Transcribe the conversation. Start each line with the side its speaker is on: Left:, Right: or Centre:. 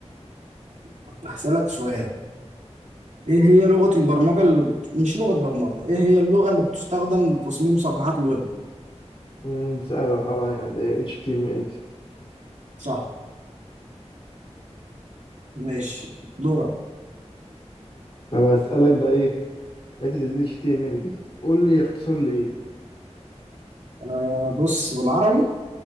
Right: طب هسألك سؤال ايه هي لغة البرمجة اللي... مش لغة برمجة ايه هي اللغة اللي بتستخدم لتصميم صفحات الويب
Left: أمم، سهله طبعا يعني ال HTML
Right: صح ماشي دورة
Left: طب اسالك بقى ايه حته ال HTML دي قول لي يختصر لي ايه
Right: آه بص بالعربي